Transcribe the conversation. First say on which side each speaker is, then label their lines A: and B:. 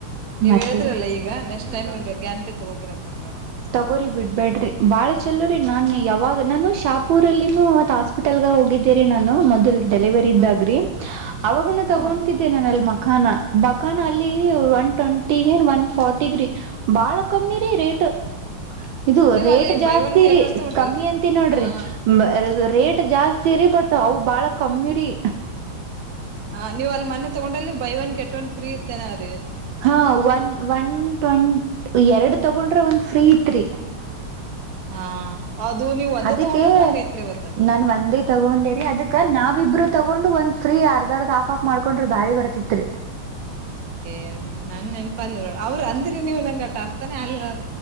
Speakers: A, on the right; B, on the right.
A: ನೀವ
B: ಮತ್ತೇರಿ
A: ಹೇಿದ್ರಲ್ಲಾ ಈಗ ನೆಕ್ಸ್ಟ್ ಟೈಮ್ ಗ್ಯಾರಂಟಿ ತಗೋತೀರ ಅಂತರಿ ನಾವು
B: ತಗೋರಿಿ ಬಿಡ್ಬ್ಯಾಡ್ರಿ ಬಾಳ ಚಲೋ ರರಿ ನಾನ್ ಯಾವಾಗ ನಾನು ಶಾಪೂರಲ್ಲಿನ ಹಾಸ್ಪಿಟಲ್ ಹೋಗಿದ್ದೀರಿ ನಾನು ಮೊದಲ್ ಡೆಲಿವರಿ ಇದ್ದಾಗ್ರಿ
A: ಹಾ
B: ಅವಾಗನು
A: ಹಾ
B: ತಗೊತಿದ್ದೆ
A: ರೀ
B: ನಾನ ಅಲ್ ಮಕ್ಕಳ ಬಖಾನ ಬಕಾನ ಅಲ್ಲಿ ಒನ್ ಟ್ವೆಂಟಿಗ ಒನ್ ಫಾರಟಿಗ ರೀ ಬಾಳ ಕಮ್ಮಿ ರೀ ರೇಟ್ ಇದು
A: ನೀವ್
B: ರೇಟ್
A: ಅಲ್ಲಿ
B: ಜಾಸ್ತಿ
A: ಬೈ ಒನ್ ಗೆಟ್
B: ರೀ
A: ಒನ್ ತಗೊಂಡ್ರಲ್ರಿ
B: ಕಮ್ಮಿ ಅಂತ ನೋಡ್ರಿ
A: ಹಾ
B: ರೇಟ್ ಜಾಸ್ತಿ ರರಿ ಬಟ್ಟು ಅವು ಬಾಳ ಕಮ್ಮಿರಿೀ
A: ಹಾ ನೀವ ಅಲ್ಲಿ ಮನೆ ತಗೊಂಡಲ್ಲಿ ಬೈ ಒಂದ ಕೆಟ್ಟವ ಒಂದ ಫ್ರೀ ಇರ್ತೇನೆ ಅವ್ರ
B: ಹಾ ಒನ್ ಒನ್ ಟ್ಂ ಎರಡು ತಗೊಂಡ್ರ ಒಂದ್ ಫ್ರೀ ತ್ರಿ
A: ಹಾ ಅದು ನೀವ್ ಒಂದೇ
B: ಅದಕ್ಕೆ
A: ತಗೊಂಡ್ರೆ ನಂಗ ಐತ್ರಿ ಅವತ್ತ
B: ನಾನ್ ಒಂದೇ ತಗೊಂಡೇರಿ ಅದಕ್ಕ ನಾ ನಾವ ಇಬ್ರು ತಗೊಂಡು ಒಂದ್ ಫ್ರೀ ಅರ್ದರ್ದ ಆಫ್ ಆಫ್ ಮಾಡ್ಕೊಂಡ್ರೆ ಬಾರಿ ಬರ್ತಿತ್ರಿ
A: ಯ ನಾನ್ ನೆನಪಿಲ್ಲ ಅವ್ರು ಅಂದ್ರಿ ನೀವು್ ನಂಗಗೆ ಅಟ ಅರ್ಥಾನೇ ಅಲಿಲ್ಲ